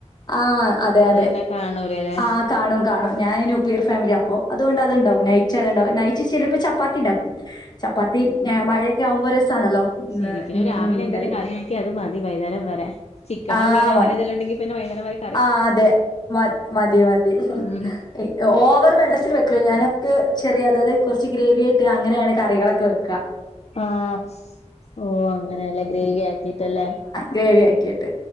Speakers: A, on the left; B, on the left.
A: ആഹ് അതെ
B: അതെന്നെ
A: അതെ
B: കാണൂലെലേ
A: ആഹ് കാണും കാണും ഞാൻ നുക്ലീർ ഫാമില്യാ അപ്പോ അത്കൊണ്ട് അത് ണ്ടാവും നൈറ്റ് അത്ണ്ടാവും നൈറ്റ് ചിലപ്പൊ ചപ്പാത്തി ണ്ടാക്കും. ചപ്പാത്തി എഹ് മഴെക്കാവുമ്പോ രസാണല്ലോ. ഉം
B: ശെരിക്ക്നും
A: ഉം,
B: രാവിലെ
A: മീൻകറി
B: ന്തേലും കറി <unintelligible> ക്ക്യത് മതി വൈന്നാരം വെരെ ചിക്കനോ
A: ആഹ്
B: മീനോ
A: മതി
B: അങ്ങനെതേലു ണ്ടെങ്കി പിന്നെ വൈന്നാരം വരേ
A: ആഹ് തെ മ മതി മതി
B: ഉം
A: ഇ ഒ ഓവർ വെള്ളത്തില് വെക്കുല ഞാന് ക്ക് ചെറിയ അതാത് കൊർച്ച് ഗ്രേവ്യായിട്ട് അങ്ങനെയാണ് കറികളൊക്കെ വെക്ക.
B: ആഹ് ഓഹ് അങ്ങനെല്ലെ ഗ്രേവിയാക്കിട്ടല്ലേ
A: ഗ്രേവ്യാക്കിട്ട്